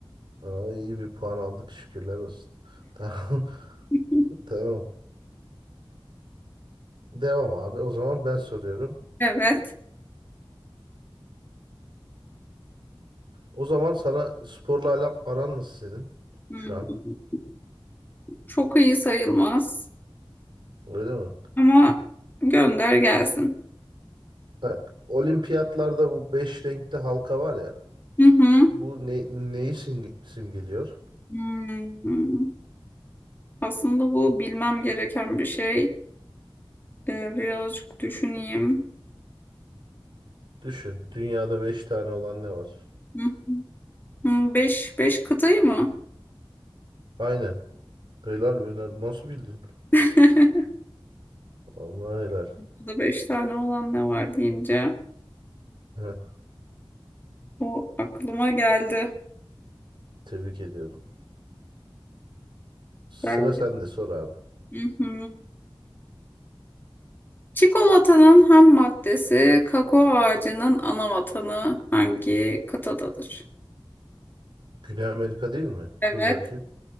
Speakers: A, on the right (about 60°); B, on the left (about 20°).
A: Aa, iyi bir puan aldık şükürler olsun. <laughs> Tamam.
B: <laughs>
A: Tamam. Devam abi. O zaman ben soruyorum.
B: Evet.
A: O zaman sana sporla ala- aran nasıl senin
B: Hmm.
A: şu an?
B: Çok iyi sayılmaz.
A: Öyle mi?
B: Ama gönder gelsin.
A: Ha, Olimpiyatlarda bu beş renkli halka var ya.
B: Hı hı.
A: Bu ne, neyi simge- simgeliyor?
B: Hmm. Aslında bu bilmem gereken bir şey. Ee, birazcık düşüneyim.
A: Düşün. Dünyada beş tane olan ne var?
B: Hı. Hı, Beş, beş kıtayı mı?
A: Aynen. Helal be. na- Nasıl bildin?
B: <laughs>
A: Allah helal.
B: Burada beş tane olan ne var deyince
A: Heh,
B: o aklıma geldi.
A: tebrik ediyorum. Sıra
B: Yani
A: sende sor abi.
B: Hı hı. Çikolatanın ham maddesi kakao ağacının ana vatanı hangi kıtadadır?
A: Güney Amerika değil mi?
B: Evet,
A: Dur bakayım.